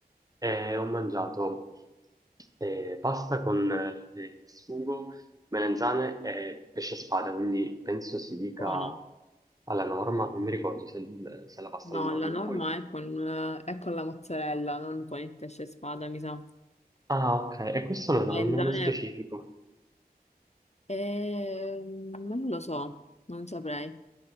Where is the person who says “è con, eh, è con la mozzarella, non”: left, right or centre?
Left